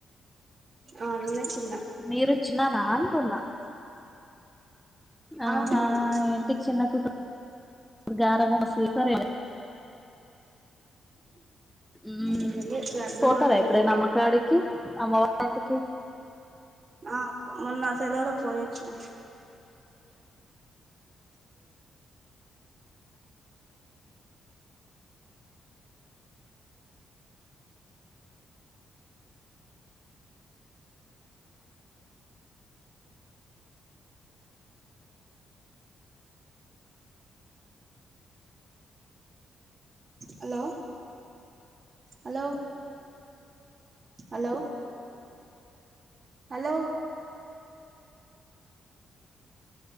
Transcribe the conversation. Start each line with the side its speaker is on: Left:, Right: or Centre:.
Right: ఆ నేనే చిన్న
Centre: మీరు చిన్ననా అంటున్నా ఆహా
Right: అవునవును
Centre: ఇంటికి చిన్న కుతురు గారాబం చేస్ సరే మ్మ్
Right: ఏంలే గర్భం
Centre: పోతారా
Right: అనేది
Centre: ఎప్పుడైనా
Right: ఏం లే
Centre: అమ్మకాడికి అమ్మవారి ఇంటికి
Right: ఆ మొన్న సెలవులకి పోయొచ్చున hello hello hello hello